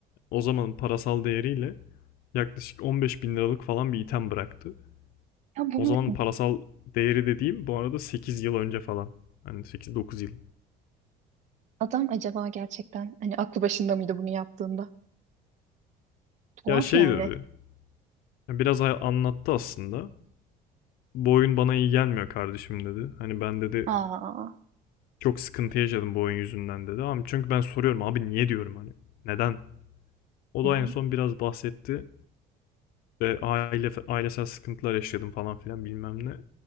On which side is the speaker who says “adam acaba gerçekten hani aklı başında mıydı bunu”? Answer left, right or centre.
Right